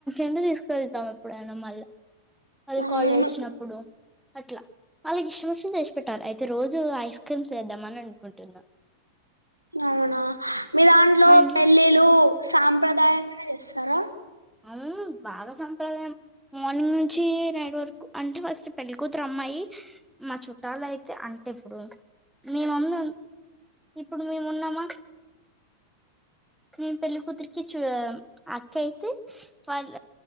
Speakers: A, in the centre; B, on the right.
A: రెండు తీసుకెళ్తాం ఎప్పుడైనా మళ్ళీ మరి
B: అవును
A: కాలేజ్ వచ్చినప్పుడు. అట్లా వాళ్ళకి ఇష్టం వచ్చంది తెసి పెట్టాలి అయితే రోజు ఐస్ క్రీమ్స్ వేద్దామని అనుకుంటున్నా
B: అవునా మీ దాంట్లో
A: మా ఇంట్లో
B: పెళ్ళిళ్ళు సాంప్రదాయగనే చేస్తారా
A: అవు బాగా సంప్రదాయం మార్నింగ్ నుంచి నైట్ వరకు అంటే ఫస్ట్ పెళ్ళికతురు అమ్మాయి మా చుట్టాలు అయితే అంటే ఇప్పుడు మీ మమ్మీ ఇప్పుడు మేము ఉన్నామా నేను పెళ్లికతురికి చ అక్క అయితే వాళ్ళ